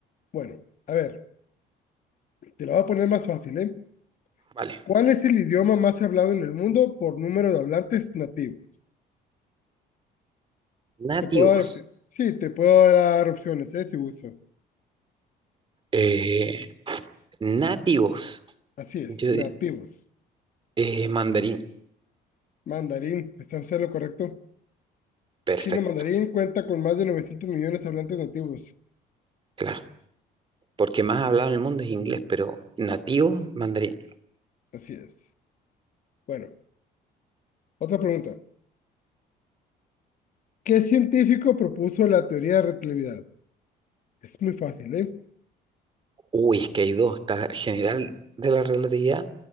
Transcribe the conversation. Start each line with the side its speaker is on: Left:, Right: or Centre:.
Left: Bueno, a ver, te la voy a poner más fácil, ¿eh?
Right: Vale.
Left: ¿Cuál es el idioma más hablado en el mundo por número de hablantes nativos?
Right: Nativos.
Left: Te puedo dar opci- Sí, te puedo dar opciones, ¿eh? Si gustas.
Right: Eh, nativos.
Left: Así es,
Right: Yo,
Left: nativos.
Right: di- eh, mandarín.
Left: Mandarín, ¿está usted en lo correcto?
Right: Perfecto,
Left: Chino mandarín cuenta con más de 900 millones de hablantes nativos.
Right: claro. Porque más hablado en el mundo es inglés, pero nativo, mandarín.
Left: Así es. Bueno, otra pregunta. ¿Qué científico propuso la teoría de relatividad? Es muy fácil, ¿eh?
Right: Uy, es que hay dos, está la general de la relatividad,